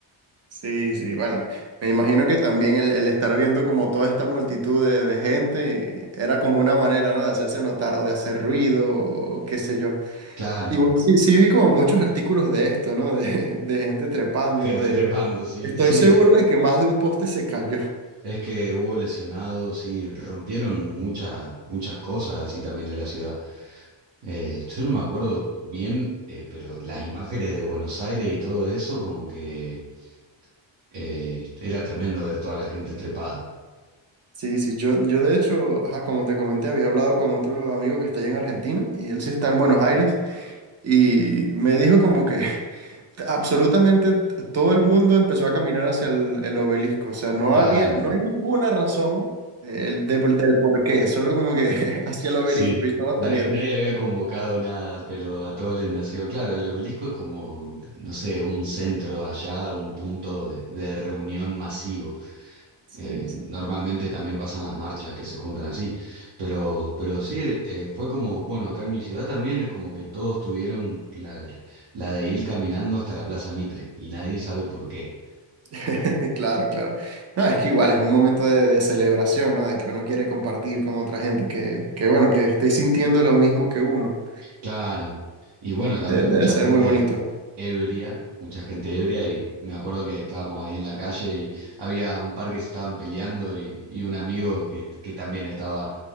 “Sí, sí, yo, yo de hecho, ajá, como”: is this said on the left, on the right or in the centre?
Right